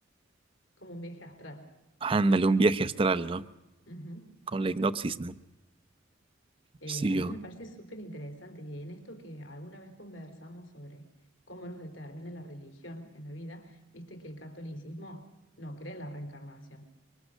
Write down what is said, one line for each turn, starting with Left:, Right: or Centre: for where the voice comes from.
Left: como un viaje astral.
Right: ándale, un viaje astral, ¿no?
Left: Ujú.
Right: Con la hipnosis, ¿no?
Left: Eh,
Right: Sí,
Left: a
Right: yo
Left: mí me parece súper interesante y en esto que alguna vez conversamos sobre cómo nos determina la religión en la vida, viste que el catolicismo no cree en la reencarnación.